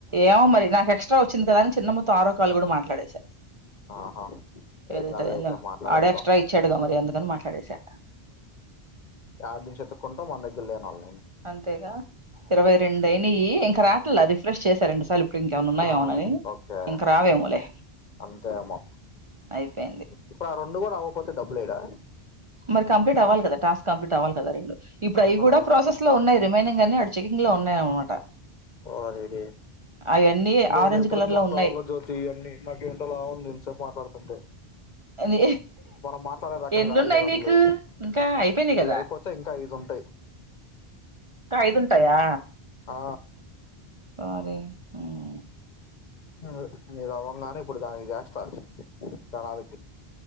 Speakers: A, on the right; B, on the left.
A: ఏమో మరి నాకు ఎక్స్ట్రా వచ్చింది అని చిన్నమ్మ తో ఆరో కాలు కూడా మాట్లాడేసా.
B: ఆహా. ఏం
A: ఏదైతే
B: కాదు
A: అదై
B: అయితే మాట్లాడేద్దాం
A: ఆడ్ ఎక్స్ట్రా ఇచ్చాడుగా మరి అందుకని మాట్లాడేసా.
B: ఆహ్ నిమిషం వేత్తుకుంటూ మన దగ్గర లే అనాల.
A: అంతేగా ఇరవై రెండైనాయి ఇంకా రావట్లే రిఫ్రెష్ చేసా రెండు సార్లూ ఇప్. ఇప్పుడు ఇంకేమన్న ఉన్నాయా
B: ఆ
A: మనవి
B: ఓకే
A: ఇంక రావేమోలే.
B: అంతేమో
A: అయిపోయింది
B: ఇప్పుడు ఆ రెండు కూడా అవ్వకపోతే డబ్బులు ఏయ్యాడా.
A: మరి కంప్లీట్ అవ్వలి గదా టాస్క్ కంప్లీట్ అవ్వాలి కదా ఆ రెండు ఇప్పుడు
B: ఆహా
A: అవి కూడా ప్రాసెస్ లో ఉన్నాయి. రిమైనింగ్ కానీ ఆడ చెనింగ్ లో ఉన్నాయి అనమాట.
B: ఓరిని
A: అవన్నీ
B: నేను
A: ఆరెంజ్
B: ఎప్పుడుకి
A: కలర్
B: మాట్లాడాలో
A: లో ఉన్నాయి
B: జ్యోతి అన్నీ నాకేంటోలా ఉంది ఇంతసేపు మాట్లాడుతుంటే
A: ఎన్ని
B: మనం మాట్లాడే రకం
A: ఎన్ని
B: కాదు
A: ఉన్నాయి
B: కదా
A: నీకు
B: అసలు
A: ఇంకా అయిపోయినాయి కదా
B: ఇది అయిపోతే ఇంకా ఐదు ఉంటయి
A: ఇంకా ఐదుంటాయా
B: ఆ
A: అరే ఉమ్
B: ఉమ్ నీది అవ్వంగానే ఇప్పుడు దానికి చేస్తా తెనాలికి